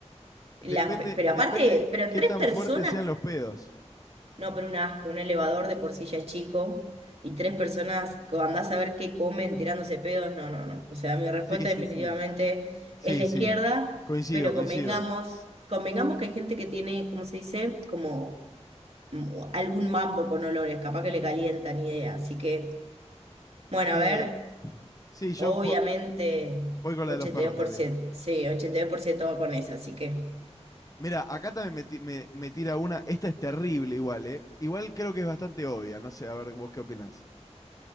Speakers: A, on the left; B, on the right.
A: Depende,
B: la- pero
A: depende
B: aparte, pero
A: qué
B: tres
A: tan
B: personas
A: fuertes sean los pedos.
B: No, pero un asco, un elevador de por sí ya es chico y tres personas, co- andás a ver qué comen tirándose pedos, no, no, no. O sea, mi respuesta
A: Sí, sí,
B: definitivamente
A: sí. Sí,
B: es la
A: sí.
B: izquierda,
A: Coincido,
B: pero
A: coincido.
B: convengamos, convengamos que hay gente que tiene, ¿cómo se dice? Como mm, algún mambo con olores, capaz que le calientan idea. Así que, bueno, a
A: Eh,
B: ver,
A: sí, yo
B: obviamente
A: po- voy con
B: ochenta
A: la de los perros
B: y dos por
A: también.
B: ciento sí, 82% va con esa, así que
A: Mira, acá también me, ti- me- me tira una. Esta es terrible igual, ¿eh? Igual creo que es bastante obvia. No sé, a ver, vos qué opinás.